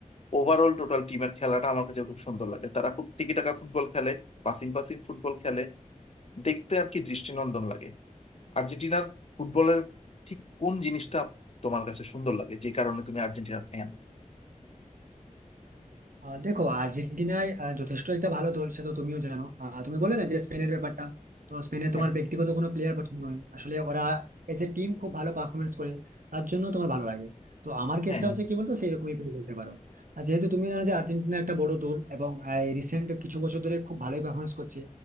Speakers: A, on the left (about 50°); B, on the right (about 85°).
A: ওভারঅল টোটাল টিমের খেলাটা আমার কাছে খুব সুন্দর লাগে তারা খুব টিকিটাকা ফুটবল খেলে পাসিং পাসিং ফুটবল খেলে দেখতে আর কি দৃষ্টিনন্দন লাগে আর্জেন্টিনার ফুটবলের ঠিক কোন জিনিসটা তোমার কাছে সুন্দর লাগে যে কারণে তুমি আর্জেন্টিনার ফ্যান
B: আহ দেখো আর্জেন্টিনায় আহ, যথেষ্ট একটা ভালো দল সে তো তুমিও জানো আহ, তুমি বলে না যে স্পেনের ব্যাপারটা তো স্পেনে
A: হ্যাঁ
B: তোমার ব্যক্তিগত কোনো প্লেয়ার পছন্দ নয় আসলে ওরা এজ এ টিম খুব ভালো পারফরমেন্স করে তার জন্য তোমার ভালো লাগে তো আমার কেসটা
A: হ্যাঁ হ্যাঁ
B: হচ্ছে কি বলতো সেরকমই তুমি বলতে পারো আর যেহেতু তুমি জানো যে আর্জেন্টিনা একটা বড় দল এবং রিসেন্ট কিছু বছর ধরে খুব ভালোই পারফরমেন্স করছে